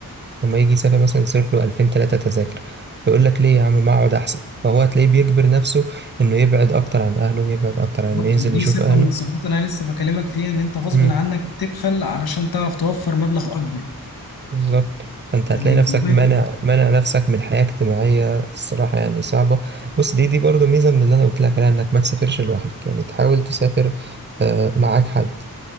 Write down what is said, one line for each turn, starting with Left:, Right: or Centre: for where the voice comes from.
Right: اما يجي يسافر مثلا يصرف له 2000 3 تذاكر يقول لك ليه يا عم ما اقعد احسن فهو هتلاقيه بيجبر نفسه انه يبعد اكتر عن اهله ويبعد اكتر
Left: بالظبط
Right: عن انه ينزل
Left: ودي
Right: يشوف
Left: صفة
Right: اهله
Left: من الصفات اللي أنا لسه بكلمك فيها إن أنت غصب
Right: امم
Left: عنك تبخل علشان تعرف توفر مبلغ أكبر
Right: بالظبط فانت
Left: يعني
Right: هتلاقي نفسك
Left: والله
Right: منع منع نفسك من حياة اجتماعية الصراحة يعني صعبة بص دي دي برضو ميزة من اللي انا قلت لك عليها انك ما تسافرش لوحدك يعني تحاول تسافر آه، معاك حد